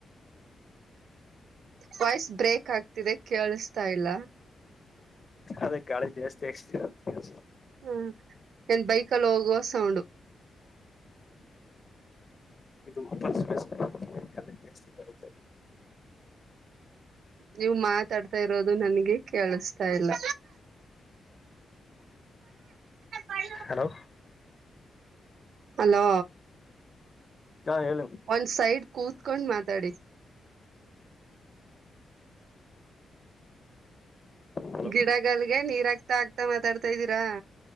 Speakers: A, on the right (about 70°); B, on the left (about 25°).
A: ವಾಯ್ಸ್ ಬ್ರೇಕ್ ಆಗ್ತಿದೆ ಕೇಳಿಸತಾ ಇಲ್ಲ
B: ಅದೇ ಗಾಳಿ ಜಾಸ್ತಿ ಹಾಕ್ತತಿರ
A: ಹ್ಮ್ ಏನ್ ಬೈಕ್ ಅಲ್ಲಿ ಹೋಗುವ ಸೌಂಡ
B: ಇದು ಓಪನ್ ಸ್ಪೇಸ್ ಕಲೆ ಜಾಸ್ತಿ ಬರುತ್ತೆ
A: ನೀವು ಮಾತಾಡ್ತಾ ಇರೋದು ನನ್ಗೆ ಕೇಳಿಸತಾ ಇಲ್ಲ <unintelligible>
B: ಹಲೋ
A: ಹಲೋ
B: ಹಾ ಹೇಳಿ
A: ಒನ್ ಸೈಡ್ ಕೂತ್ಕೊಂಡ್ ಮಾತಾಡಿ
B: ಹಲೋ
A: ಗಿಡಗಳಲ್ಗೆ ನೀರಾಗಗ್ತಾ ಆಗ್ತಾ ಮಾತಾಡ್ತಾ ಇದ್ದೀರಾ <inaudible>